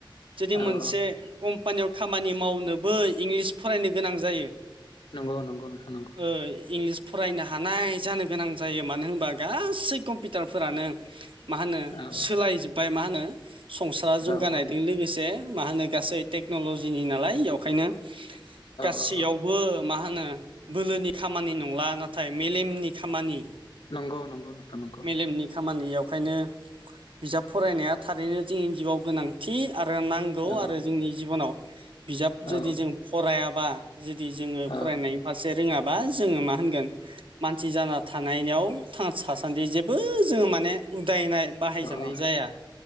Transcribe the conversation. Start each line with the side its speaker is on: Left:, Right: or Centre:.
Right: जुदि मोनसे
Left: औ औ
Right: कम्पानियाव खामानि मावनोबो इंलिस फरायनो गोनां जायो।
Left: नंगौ नंगौ नोंथां नंगौ।
Right: ओ इंलिस फरायनो हानाय जानो गोनां जायो मानो होनबा गासै कम्पिउटारफोरानो मा होनो
Left: औ औ
Right: सोलायजोब्बाय मा होनो संसारा जौगानायदों
Left: औ औ औ
Right: लोगोसे मा होनो गासै टेक्न'ल'जिनि नालाय वेवखायनो गासैयाव
Left: औ
Right: बो मा होनो बोलोनि खामानि नंला नाथाय मेलेमनि खामानि
Left: नंगौ नंगौ नोंथां नंगौ।
Right: मेलेमनि खामानियावखायनो बिजाब फरायनाया थारैनो जोंनि जिउआव गोनांथि आरो नां गौ
Left: औ
Right: आरो जोंनि जिबनाव बिजाब जुदि
Left: औ
Right: जों फरायाबा जुदि जोङो
Left: औ
Right: फरायनाय फारसे रोङाबा जोङो मा होनगोन मानसि जाना थानायनियाव थांना सासान्दि जेबो जोङो माने उदायनाय बाहायजानाय
Left: औ
Right: जाया